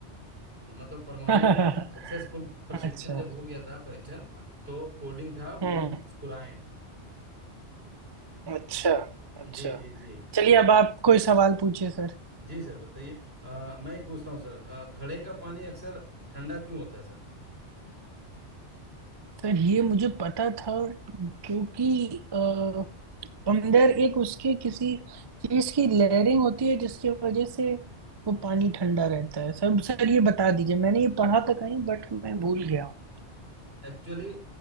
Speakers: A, on the right; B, on the right.
A: मतलब परमाणु
B: <laughs>
A: सक्सेसफुल प्रशिक्षण
B: अच्छा
A: जब हो गया था परीक्षण तो कोडिंग था
B: हम्म
A: बुद्ध मुस्कुराए
B: अच्छा अच्छा
A: जी जी जी
B: चलिए अब आप कोई सवाल पूछिए सर
A: जी सर बताइए अ, मैं पूछता हूँ सर अ, घड़े का पानी अक्सर ठंडा क्यों होता है सर
B: सर ये मुझे पता था क्योंकि अ, अंदर एक उसके किसी चीज की लेयरिंग होती है जिसकी वजह से वो पानी ठंडा रहता है सब सर ये बता दीजिए मैंने ये पढ़ा था कहीं बट मैं भूल गया हूँ
A: एक्चुअली